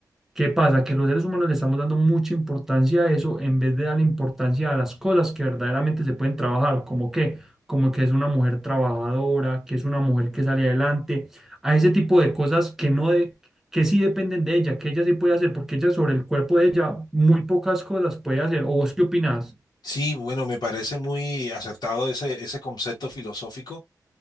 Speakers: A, in the centre; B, on the left (about 70°).
A: ¿Qué pasa? Que los seres humanos le estamos dando mucha importancia a eso en vez de dar importancia a las cosas que verdaderamente se pueden trabajar, como que, como que es una mujer trabajadora, que es una mujer que sale adelante, a ese tipo de cosas que no de, que sí dependen de ella, que ella sí puede hacer, porque ella sobre el cuerpo de ella muy pocas cosas puede hacer. ¿O vos qué opinás?
B: Sí, bueno, me parece muy acertado ese, ese concepto filosófico,